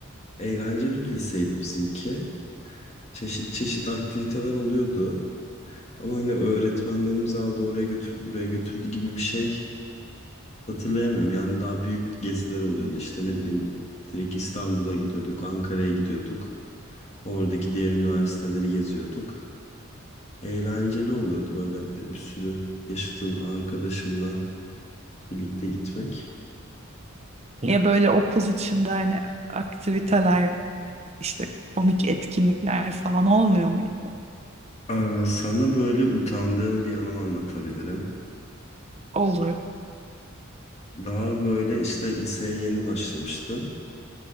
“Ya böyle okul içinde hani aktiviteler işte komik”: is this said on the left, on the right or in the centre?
Right